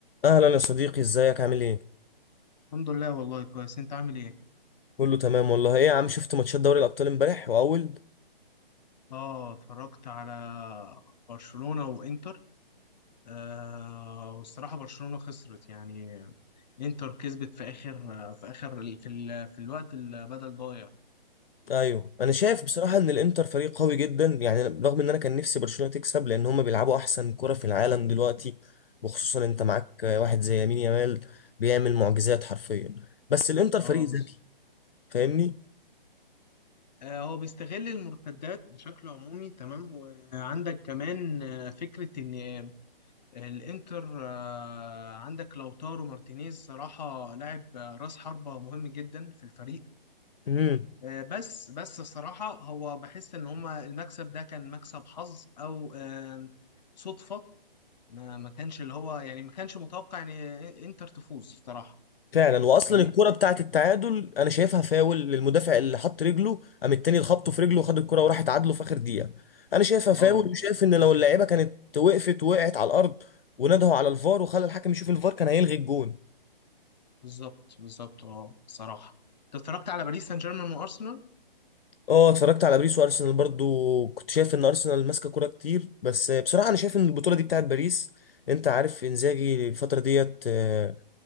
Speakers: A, on the left (about 75°); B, on the left (about 50°).
A: اهلا يا صديقي ازيك عامل ايه
B: الحمد لله والله كويس انت عامل ايه
A: كله تمام والله ايه يا عم شفت ماتشات دوري الابطال امبارح واول
B: اه اتفرجت على برشلونة وانتر آه والصراحة برشلونة خسرت يعني انتر كسبت في اخر في اخر ال- في, ال... في الوقت البدل ضايع
A: ايوه انا شايف بصراحه ان الانتر فريق قوي جدا يعني رغم ان انا كان نفسي برشلونه تكسب لان هم بيلعبوا احسن كره في العالم دلوقتي وخصوصا انت
B: امم
A: معاك واحد زي يمين يامال بيعمل معجزات حرفيا بس الانتر فريق
B: اه بالظبط
A: ذكي فاهمني
B: آه هو بيستغل المرتدات بشكل عمومي تمام وعندك كمان آه، فكرة ان الانتر آه عندك لوتارو مارتينيز صراحة لاعب آه، راس حربة مهم جدا في الفريق
A: مم.
B: آه، بس بس الصراحة هو بحس إن هما المكسب ده كان مكسب حظ أو آم، صدفة ما ما كانش اللي هو يعني ما كانش متوقع إن إنتر تفوز الصراحة
A: فعلا واصلا
B: فاهمني؟
A: الكرة بتاعت التعادل انا شايفها فاول للمدافع اللي حط رجله قام التاني خبطه في رجله وخد الكرة وراح اتعادلوا في اخر دقيقة انا شايفها فاول
B: أه
A: وشايف ان لو اللعيبة كانت وقفت وقعت على الارض ونادوا على الفار وخلى الحكم يشوف الفار كان هيلغي الجون
B: بالظبط بالظبط أه الصراحة أنت اتفرجت على باريس سان جيرمان وأرسنال؟
A: اه اتفرجت على باريس وارسنال برضو كنت شايف ان ارسنال ماسكة كرة كتير بس بصراحة انا شايف ان البطولة دي بتاعت باريس انت عارف انزاجي الفترة ديت آه،